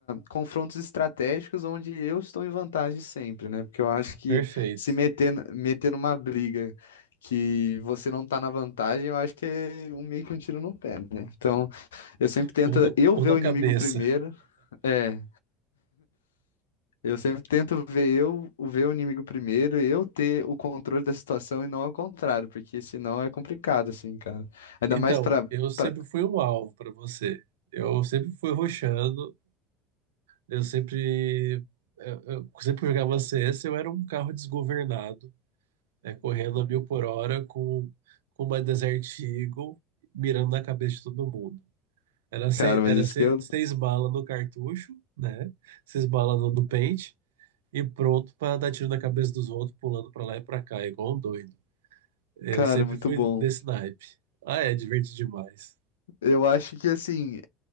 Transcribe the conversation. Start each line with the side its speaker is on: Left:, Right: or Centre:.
Left: confrontos estratégicos onde eu estou em vantagem sempre, né? Porque eu acho que
Right: perfeito.
Left: se meter, meter numa briga que você não tá na vantagem, eu acho que é um, meio que um tiro no pé, né? Então, eu sempre tento
Right: Ou, no,
Left: eu
Right: ou
Left: ver
Right: na
Left: o
Right: cabeça.
Left: inimigo primeiro. É, eu sempre tento ver eu, o- ver o inimigo primeiro, eu ter o controle da situação e não ao contrário, porque senão é complicado assim, cara. Ainda
Right: Então,
Left: mais pra,
Right: eu sempre
Left: pra...
Right: fui um alvo para você. Eu sempre fui rushando, eu sempre. Eu, eu sempre jogava CS, eu era um carro desgovernado. né, correndo a mil por hora com, com uma Desert Eagle mirando na cabeça de todo mundo. Era, se,
Left: Cara, mas
Right: era
Left: isso
Right: se,
Left: que eu
Right: seis balas no cartucho, né? Seis balas no, no pente e pronto para dar tiro na cabeça dos outros, pulando para lá e para cá, igual um doido. Eu
Left: Cara,
Right: sempre
Left: é muito
Right: fui
Left: bom.
Right: desse naipe. Ah, é, divertido demais.
Left: Eu acho que assim,